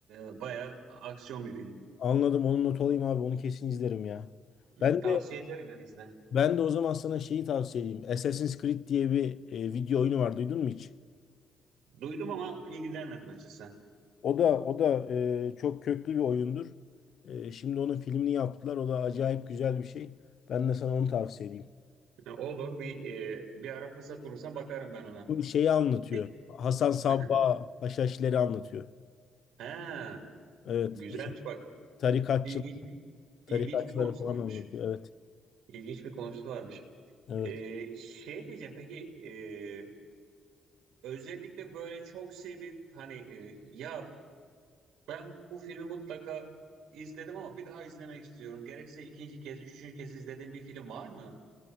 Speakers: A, on the right; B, on the left.
A: e, bayağı aksiyon bir film.
B: Anladım. Onu not alayım abi. Onu kesin izlerim ya.
A: Hı,
B: Ben
A: Tavsiye
B: de
A: ederim yani izle.
B: ben de o zaman sana şeyi tavsiye edeyim. Assassin's Creed diye bir e, video oyunu var. Duydun mu hiç?
A: Duydum ama ilgilenmedim açıkçası.
B: O da o da e, çok köklü bir oyundur. E, şimdi onun filmini yaptılar. O da acayip güzel bir şey. Ben de sana onu tavsiye edeyim.
A: E, Olur bir e, bir ara fırsat bulursam bakarım ben ona.
B: Bu şeyi anlatıyor.
A: Peki.
B: Hasan Sabbah
A: Hı hı.
B: Haşhaşileri anlatıyor.
A: Ha,
B: Evet.
A: güzelmiş bak.
B: Tarikatçılar,
A: İlginç bir ilginç
B: tarikatçıları
A: bir konusu
B: falan
A: varmış.
B: anlatıyor. Evet.
A: İlginç bir konusu varmış.
B: Evet.
A: E, şey diyeceğim peki e, özellikle böyle çok sevip hani e, ya ben bu filmi mutlaka izledim ama bir daha izlemek istiyorum. Gerekse ikinci kez, üçüncü kez izlediğim bir film var mı?